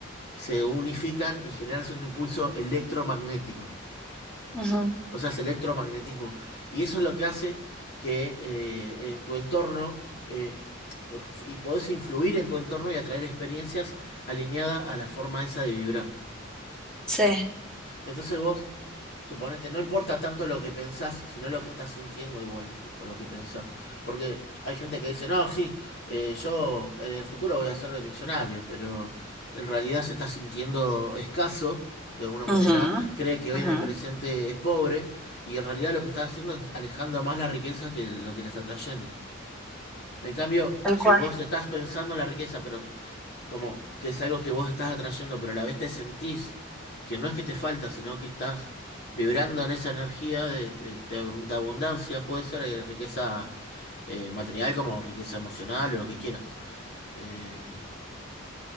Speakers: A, on the left; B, in the centre.
A: se unifican y generas un impulso electromagnético.
B: Ujú,
A: O sea, es electromagnetismo. Y eso es lo que hace que eh, en tu entorno, eh, y podés influir en tu entorno y atraer experiencias alineadas a la forma esa de vibrar.
B: Sí.
A: Entonces vos, suponete, no importa tanto lo que pensás, sino lo que estás sintiendo igual con lo que pensás. Porque hay gente que dice, no, sí, eh, yo en el futuro voy a ser millonario, pero en realidad se está sintiendo escaso, de alguna manera,
B: Ujú,
A: cree que hoy
B: ujú,
A: en el presente es pobre, y en realidad lo que está haciendo es alejando más la riqueza que lo que le está trayendo. En cambio,
B: Tal
A: si
B: cual.
A: vos estás pensando en la riqueza, pero como que es algo que vos estás atrayendo, pero a la vez te sentís que no es que te falta, sino que estás vibrando en esa energía de, de- de abun- de abundancia, puede ser eh, riqueza eh, material como riqueza emocional o lo que quieras. Eh,